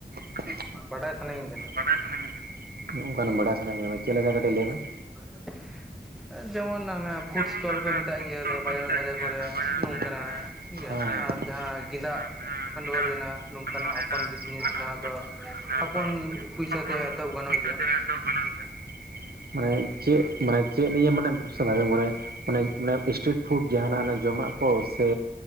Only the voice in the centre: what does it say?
ᱵᱟᱰᱟᱭ ᱥᱟᱱᱟᱧ ᱠᱟᱱᱟ
<unintelligible> ᱮ ᱡᱮᱢᱚᱱ ᱟᱱᱟ ᱯᱷᱩᱰ
ᱥᱴᱚᱞ
ᱠᱚ ᱢᱮᱛᱟᱜ
ᱜᱤᱭᱟ
ᱫᱟᱫᱟ
ᱵᱟᱡᱟᱨ
ᱫᱷᱟᱨᱮ
ᱠᱚᱨᱮ
ᱱᱚᱝᱠᱟᱱᱟᱜ
᱾ ᱴᱷᱤᱠ ᱜᱮᱭᱟ
ᱟᱨ ᱡᱟᱦᱟᱸ ᱜᱤᱫᱟᱜ
ᱠᱷᱟᱰᱩᱣᱟᱹ
ᱨᱮᱱᱟᱜ, ᱱᱚᱝᱠᱟᱱᱟᱜ
ᱦᱚᱯᱚᱱ ᱵᱤᱡᱱᱤᱥ
ᱡᱟᱦᱟᱸ
ᱫᱚ
ᱦᱚᱯᱚᱱ
ᱯᱩᱭᱥᱟ
ᱛᱮ ᱮᱛᱚᱦᱚᱵ ᱜᱟᱱᱚᱜ
ᱜᱮᱭᱟ
᱾